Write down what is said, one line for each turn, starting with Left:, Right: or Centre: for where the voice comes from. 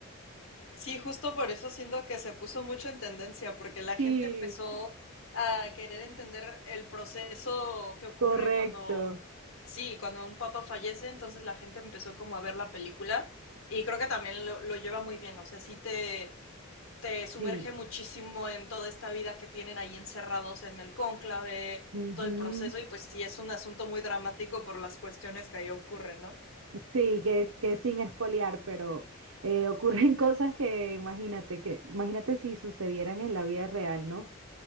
Left: Sí, justo por eso siento que se puso mucho en tendencia, porque la
Right: Sí,
Left: gente empezó a querer entender el proceso que ocurre
Right: correcto.
Left: cuando, sí, cuando un papa fallece, entonces la gente empezó como a ver la película y creo que también lo, lo lleva muy bien, o sea, sí te, te sumerge
Right: Sí.
Left: muchísimo en toda esta vida que tienen ahí encerrados en el cónclave,
Right: ujú.
Left: todo el proceso y pues sí, es un asunto muy dramático por las cuestiones que ahí ocurren, ¿no?
Right: Sí, que, que sin espolear, pero eh, ocurren <laughs> cosas que imagínate, que imagínate si sucedieran en la vida real, ¿no?